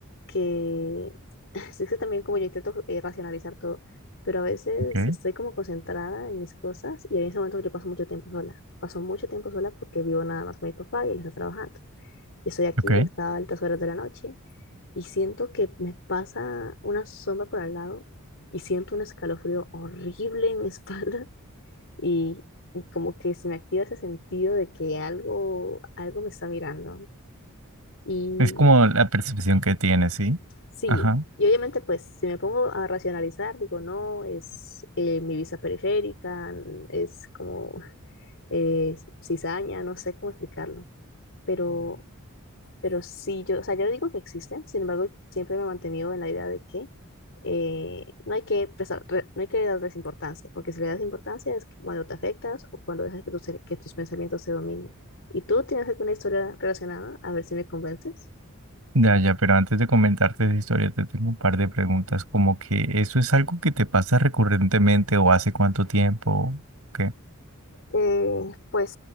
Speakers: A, on the left; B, on the right.
A: que <laughs> sí, que también como yo intento eh, racionalizar todo, pero a veces
B: Okay.
A: estoy como concentrada en mis cosas y en ese momento yo paso mucho tiempo sola. Paso mucho tiempo sola porque vivo nada más con mi papá y él está trabajando. Y estoy aquí
B: Okay.
A: hasta altas horas de la noche y siento que me pasa una sombra por al lado y siento un escalofrío horrible en mi <laughs> espalda y, y como que se me activa ese sentido de que algo, algo me está mirando. Y
B: Es como la percepción que tienes, ¿sí?
A: Sí,
B: Ajá.
A: y obviamente pues si me pongo a racionalizar, digo, no, es eh, mi vista periférica, n- es como <laughs> eh, cizaña, no sé cómo explicarlo, pero, pero sí, yo, o sea, yo no digo que existen, sin embargo, siempre me he mantenido en la idea de que eh, no hay que prestar, re- no hay que darles importancia, porque si le das importancia es cuando te afectas o cuando dejas que tus, que tus pensamientos te dominen. ¿Y tú tienes alguna historia relacionada? A ver si me convences.
B: Ya, ya, pero antes de comentarte esa historia, te tengo un par de preguntas, como que eso es algo que te pasa recurrentemente o hace cuánto tiempo, ¿qué?
A: Eh, pues